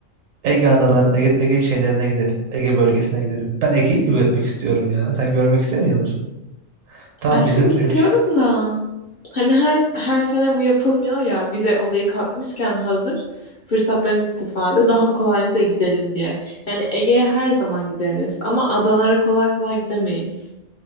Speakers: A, on the right; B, on the left.
A: Ege adaları Ege, Ege şeylerine gidelim. Ege bölgesine gidelim. Ben Ege'yi de görmek istiyorum ya. Sen görmek istemiyor musun? Tamam
B: aşkım
A: bizim ülke.
B: istiyorum da hani her her sene bu yapılmıyor ya vize olayı kalkmışken hazır fırsattan istifade daha kolaylıkla gidelim diye. Yani Ege'ye her zaman gideriz ama adalara kolay kolay gidemeyiz.